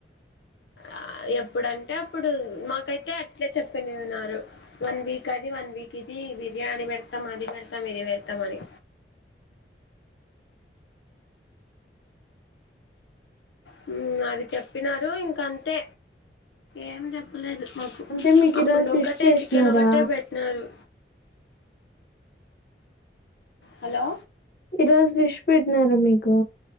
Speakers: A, on the left; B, on the left.
A: ఆ ఎప్పుడంటే అప్పుడు మాకైతే అట్లే చెప్పిడుండరు వన్ వీక్ అది వన్ వీక్ ఇది బిర్యానీ పెడతాం అది పెడతాం ఇది పెడతాం అని హు అది చెప్పినారు ఇంక అంతే ఏం చెప్పలేదు మాకు
B: అంటే మీకు
A: అప్పుడు
B: ఈరోజు ఫిష్
A: ఒక్కటే
B: చేసినారా
A: చికెన్ ఒకటే పెట్టినారు హలో
B: ఈరోజు ఫిష్ పెట్టినారు మీకు